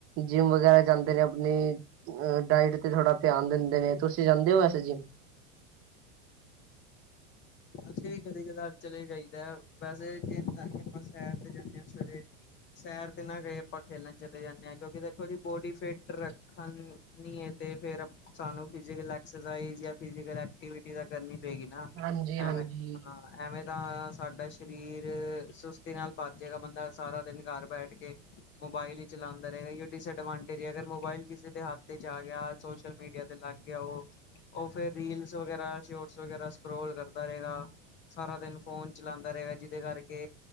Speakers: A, on the right; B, on the left.
A: ਜਿੰਮ ਵਗੈਰਾ ਜਾਂਦੇ ਨੇ ਆਪਣੀ ਅ ਡਾਇਟ ਤੇ ਥੋੜ੍ਹਾ ਧਿਆਨ ਦਿੰਦੇ ਨੇ, ਤੁਸੀਂ ਜਾਂਦੇ ਹੋ ਐੈਸੇ ਜਿੰਮ?
B: ਅਸੀਂ ਵੀ ਕਦੇ ਕਦਾਰ ਚਲੇ ਜਾਈਦਾ, ਵੈਸੇ ਚਿੰਤਾ ਨੀ ਆਪਾਂ ਸੈਰ ਤੇ ਜਾਂਦੇ ਹਾਂ ਸਵੇਰੇ ਸੈਰ ਤੇ ਨਾ ਕ ਆਪਾਂ ਖੇਲਣ ਚਲੇ ਜਾਂਦੇ ਹਾਂ, ਕਿਉਂਕਿ ਦੇਖੋ ਜੀ ਬੋਡੀ ਫਿਟ ਰ ਹਨ ਨੀਏ ਤੇ, ਫੇਰ ਸਾਨੂੰ ਫਿਜੀਕਲ ਐਕਸਰਸਾਈਜ਼, ਜਾਂ ਫਿਜ਼ਕਲ ਐਕਟੀਵਿਟੀ ਤਾਂ ਕਰਨੀ ਪਏਗੀ ਨਾ
A: ਹਾਂਜੀ-ਹਾਂਜੀ,
B: ਹ ਮ, ਹਾਂ- ਐਵੇਂ ਤਾਂ ਸਾਡਾ ਸਰੀਰ ਸੁਸਤੀ ਨਾਲ ਪੱਰ ਜੇਗਾ, ਬੰਦਾ ਸਾਰਾ ਦਿਨ ਘਰ ਬੈਠ ਕੇ ਮੋਬਾਇਲ ਹੀ ਚਲਾਉਂਦਾ ਰਹੇਗਾ, ਡਿਸਡਵਾਂਟੇਜ ਅਗਰ ਮੋਬਾਇਲ ਕਿਸੇ ਦੇ ਹੱਥ ਤੇ 'ਚ ਆ ਗਿਆ, ਸੋਸ਼ਲ ਮੀਡੀਆ ਤੇ ਲਾ ਉਹ, ਉਹ ਫੇਰ ਰੀਲਸ ਵਗੈਰਾ, ਸ਼ੋਰਟਸ ਵਗੈਰਾ ਸਕੋਲ ਕਰਦਾ ਰਹੇਗਾ ਸਾਰਾ ਦਿਨ ਫੋਨ ਚਲਾਉਂਦਾ ਰਹੇਗਾ, ਜਿਹਦੇ ਕਰਕੇ